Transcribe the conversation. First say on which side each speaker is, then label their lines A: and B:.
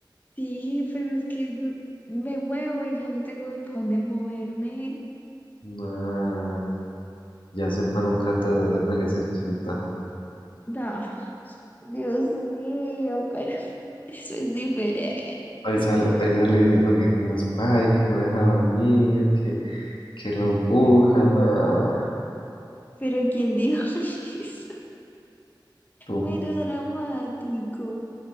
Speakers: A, on the left (about 20°); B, on the left (about 80°).
A: Sí, pues es que me muevo y ya no tengo para dónde moverme.
B: nah. Ya sepa nunca antes de hacérmele cerquita.
A: No, Dios mío, pero <laughs> eso es diferente.
B: Ahí sale, ahí sale diciendo que como es pay, que no deja dormir, que, que lo empujan. Ah,
A: Pero ¿quién dijo <laughs> eso?
B: tú,
A: Mero dramático.